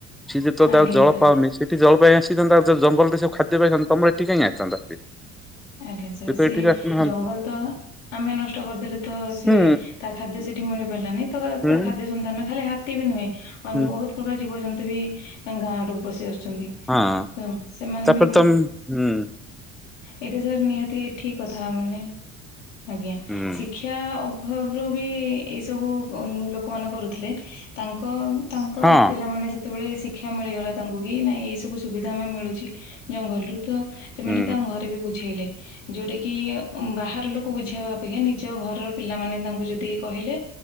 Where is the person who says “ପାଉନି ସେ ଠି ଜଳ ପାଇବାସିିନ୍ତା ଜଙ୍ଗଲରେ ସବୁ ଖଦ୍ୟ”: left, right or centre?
Centre